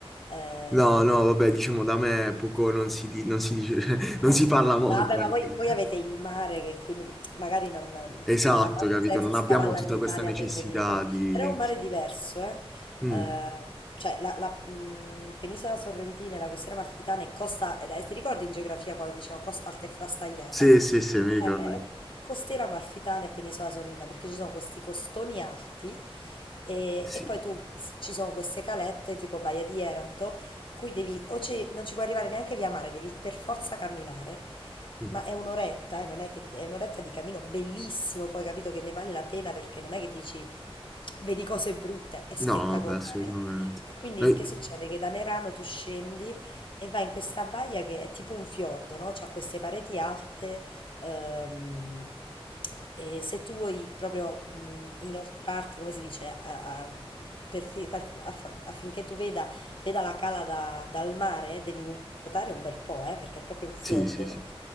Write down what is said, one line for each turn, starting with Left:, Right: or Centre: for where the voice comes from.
Left: ehm,
Centre: No, no, vabbè, diciamo da me poco non si, di- non si dice, <laughs> cioè, non si parla molto.
Left: no, vabbè,
Centre: ecco.
Left: ma voi, voi avete il mare che quindi magari non,
Centre: Esatto,
Left: non ha molto
Centre: capito?
Left: senso
Centre: Non
Left: scavallare
Centre: abbiamo tutta
Left: l'Italia
Centre: questa necessità
Left: per venire da noi,
Centre: di...
Left: però è un mare
Centre: sì.
Left: diverso, eh?
Centre: Mm.
Left: Eh, cioè la, la, mh, penisola sorrentina e la costiera amalfitana è costa, eh, ti ricordi in geografia quando dicevo costa alta e frastagliata?
Centre: Sì, sì, sì, mi ricordo.
Left: Eh, beh, costiera amalfitana e penisola sorina perché ci sono questi costoni alti e,
Centre: Sì.
Left: e poi tu ci sono queste calette tipo Baia di Eranto in cui devi o ci- non ci puoi arrivare neanche via mare, devi per forza camminare
Centre: Mm.
Left: ma è un'oretta, eh, non è che è un'oretta di cammino bellissimo, poi capito che ne vale la pena perché non è che dici vedi cose brutte, è spettacolare.
Centre: No, vabbè, assolutamente.
Left: eh. E quindi
Centre: Eh,
Left: che succede? Che da Merano tu scendi e vai in questa baia che è tipo un fiordo, no? C'ha queste pareti alte, ehm, e se tu vuoi proprio mh, inoltrarti, come si dice, a- a- per fi- far- aff- affinché tu veda, veda la cala da- dal mare, devi nuotare un bel po', eh, perché è proprio un fiordo.
Centre: sì, sì, sì.